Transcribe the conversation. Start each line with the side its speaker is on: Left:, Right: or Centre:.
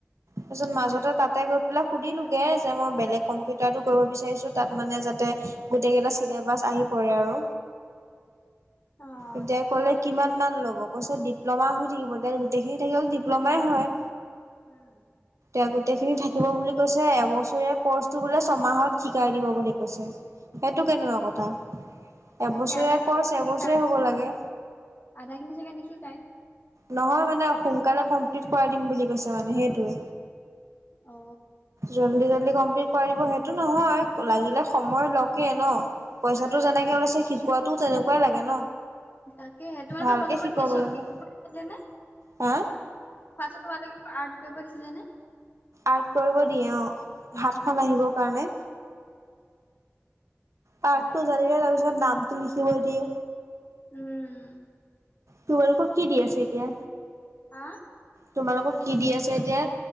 Right: তাৰপাছত
Left: উম
Right: মাজতে
Left: এক-
Right: তাতে গৈ গৈপেলাই সুধিলোোগে যে মই বেলেগ কম্পিউটাৰ টো কৰিব বিচাৰিছো তাত মানে যাতে গোটেই কেইটা বাছ আহি পৰে আৰু
Left: অ
Right: এতিয়া
Left: তাকে
Right: কলে কিমান মান ল'ব কৈছে ডিপ্ল'মা হৈ থাকিব গোটেইখিনি থাকিল ডিপ্ল'মাই হয়।
Left: উম।
Right: এ, গোটেইখিনি থাকিব বুলি কৈছে এবছৰীয়া কৰ্চটো বোলে ছমাহত শিকাই দিব বুলি কৈছে সেইটো কেনেকোৱা কথা? এবছৰীয়া
Left: তাকে আধা খিনি
Right: কৰ্চ
Left: নিশিকাই
Right: এবছৰে হব লাগে।
Left: আধা খিনি চাগে নিশিকাই
Right: নহয় মানে সোনকালে কমপ্লিট কৰাই দিম বুলি কৈছে মানে সেইটোৱে।
Left: অ
Right: জল্দি হল। খ, কমপ্লিট কৰাই দিব সেইটো নহয় লাগিলে সময় লকে ন পইচাটো
Left: উম
Right: যেনেকে লৈছে শিকোৱাতুটো তেনেকুৱাই লাগে ন?
Left: তাকেহে তোমালোকক
Right: ভালকে
Left: প্ৰথমত
Right: শিকাব
Left: কি চবি
Right: লাগে।
Left: আঁকিব দিছিলেনে?
Right: হা?
Left: ফাৰ্ষ্টত তোমালোককো আৰ্ট কৰিব দিছিলেনে?
Right: আৰ্ট কৰিব দিয়ে অ' হাতখন
Left: উম
Right: আহিবৰ কাৰণে। কাৰ্ডটো
Left: সেয়াই কৰিছে
Right: জানিলে তাৰপিছত নামটো লিখিব দিয়ে।
Left: উম।
Right: তোমালোকক কি দি আছে এতিয়া,
Left: হা
Right: তোমালোকক কি দি আছে এতিয়া?